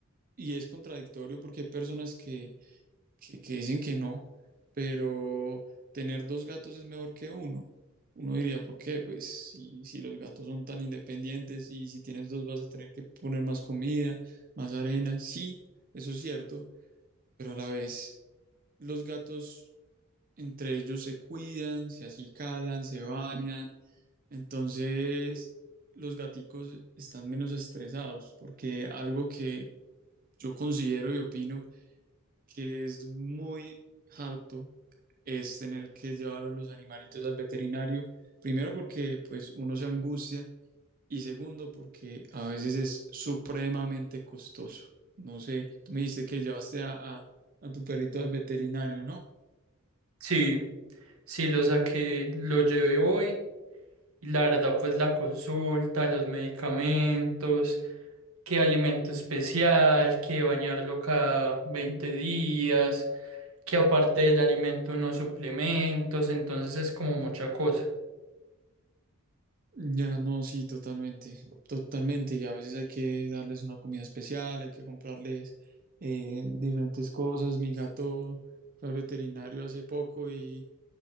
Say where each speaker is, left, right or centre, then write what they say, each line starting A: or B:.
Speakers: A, on the right; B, on the right.
A: y es contradictorio porque hay personas que que, que dicen que no, pero tener dos gatos es mejor que uno. Uno diría, ¿por qué? Pues si, si los gatos son tan independientes y si tienes dos vas a tener que poner más comida, más arena. Sí, eso es cierto, pero a la vez los gatos entre ellos se cuidan, se acicalan, se bañan. Entonces los gaticos están menos estresados porque algo que yo considero y opino que es muy harto es tener que llevar a los animalitos al veterinario, primero porque pues uno se angustia y segundo porque a veces es supremamente costoso. No sé, tú me dijiste que llevaste a, a, a tu perrito al veterinario, ¿no?
B: Sí, sí, lo saqué, lo llevé hoy. y La verdad, pues la consulta, los medicamentos, qué alimento especial, qué bañarlo cada 20 días, que aparte del alimento unos suplementos, entonces es como mucha cosa.
A: Ya no, sí, totalmente, totalmente. Y a veces hay que darles una comida especial, hay que comprarles eh, diferentes cosas. Mi gato fue al veterinario hace poco y